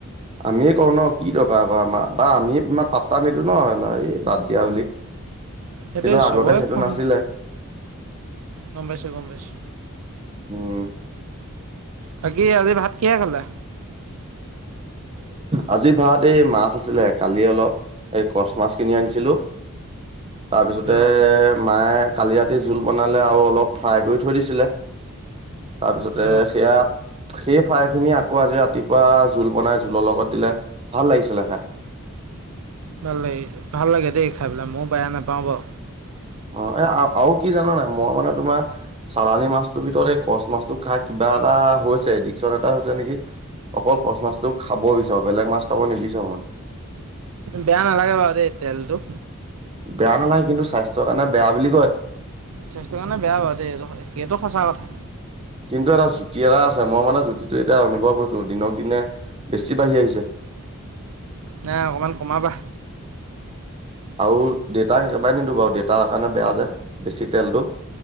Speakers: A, on the right; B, on the right.
A: আমিয়েই কৰো ন' কি দৰকাৰ আকৌ আমাৰ বা আমি ইমান পাট্টা নিদিও ন' এই বাদ দিয়া বুলি কিন্তু,
B: সেইটোৱে চবৰে
A: আগতে সেইটো
B: খং
A: নাছিলে।
B: গম পাইছোঁ, ‌গম পাইছোঁ।
A: উম
B: বাকি আজি ভাত কিহে খালা।
A: আজি ভাত এই মাছ আছিলে। কালি অলপ কচ মাছ কিনি আনিছিলোঁ। তাৰপিছতে
B: ন
A: মায়ে। কালি ৰাতি জোল বনালে আৰু অলপ ফ্ৰাই কৰি থৈ দিছিলে। তাৰপিছতে
B: ন
A: সেয়া, সেই ফ্ৰাখিনি আকৌ আজি ৰাতিপুৱা। জোল বনাই জোলৰ লগত দিলে, ভাল লাগিছিলে খাই।
B: ভাল লাগে ভাল দেই খাই পেলাই ময়ো বেয়া নাপাওঁ বাৰু।
A: অ' এ আৰু কি জানা নাই। মই মানে তোমাৰ চালানী মাছটোৰ ভিতৰত এই কচ মাছটো খাই কিবা এটা হৈছে এডিকচন এটা হৈছে নেকি? অকল কচ মাছটো খাব বিচাৰো। বেলেগ মাছ খাব নিবিচাৰো মানে।
B: বেয়া নালাগে বাৰু দেই তেলটো।
A: বেয়া নালাগ কিন্তু স্বাস্থ্যৰ কাৰণে বেয়া বুলি কয়।
B: স্বাস্থ্যৰ কাৰণে বেয়া বাৰু দেই এই সেইটো সঁচা কথা।
A: কিন্তু এটা জুতি এটা আছে মই মানে জুতিটো এতিয়া অনুভৱ কৰিছো দিনক দিনে। বেছি বাঢ়ি আহিছে।
B: নাই অকণমান কমাবা।
A: আৰু দেতাক একেবাৰে নিদো বাৰু দেতাৰ কাৰণে বেয়া যে, বেছি তেলটো।